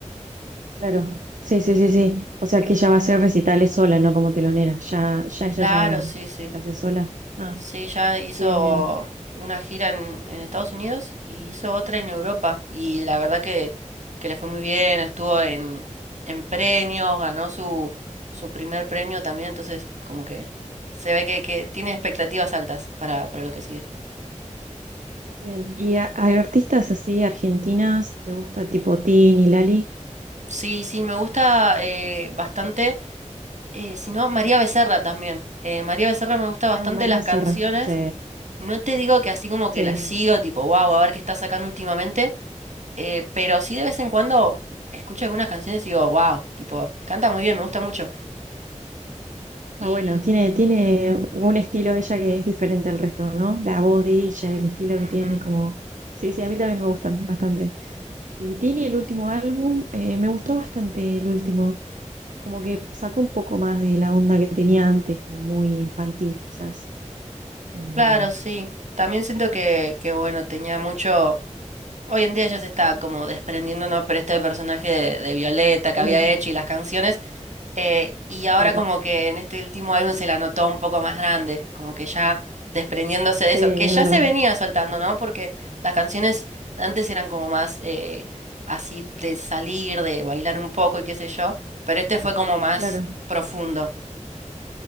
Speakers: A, on the right; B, on the right.
A: Claro, sí, sí, sí, sí. O sea que ella va a hacer recitales sola, no como telonera. Ya, ya, ella
B: Claro,
A: ya,
B: sí, sí.
A: ya hace sola. Ah,
B: Sí, ya hizo
A: bien, bien,
B: una gira en, en Estados Unidos y hizo otra en Europa. Y la verdad que, que le fue muy bien, estuvo en, en premios, ganó su, su primer premio también, entonces como que se ve que, que tiene expectativas altas para, para lo que sigue.
A: bien. ¿Y a, a artistas así argentinas te gusta tipo Tin y Lali?
B: Sí, sí, me gusta eh, bastante. eh, si no, María Becerra también. Eh, María Becerra me gusta bastante
A: Ah, María
B: las
A: Becerra.
B: canciones.
A: Sí,
B: No te digo que así como
A: sí,
B: que las sigo, tipo, wow, a ver qué está sacando últimamente. Eh, pero sí de vez en cuando escucho algunas canciones y digo, wow, tipo, canta muy bien, me gusta mucho. Y
A: Ah, bueno, tiene, tiene un estilo ella que es diferente al resto, ¿no? La voz de ella, el estilo
B: ujú,
A: que tiene, como... Sí, sí, a mí también me gustan bastante. Y Tini, el último álbum, eh, me gustó bastante el último. Como que sacó un poco más de la onda que tenía antes, como muy infantil quizás. Em,
B: claro, sí. También siento que, que, bueno, tenía mucho. Hoy en día ya se está como desprendiendo, ¿no? Pero este personaje de, de Violeta que
A: <laughs>
B: había hecho y las canciones, Eh, y ahora
A: claro.
B: como que en este último álbum se la notó un poco más grande, como que ya desprendiéndose
A: Sí,
B: de eso,
A: es
B: que ya
A: verdad.
B: se venía soltando, ¿no? Porque las canciones antes eran como más eh, así de salir, de bailar un poco y qué sé yo, pero este fue como más
A: Claro.
B: profundo.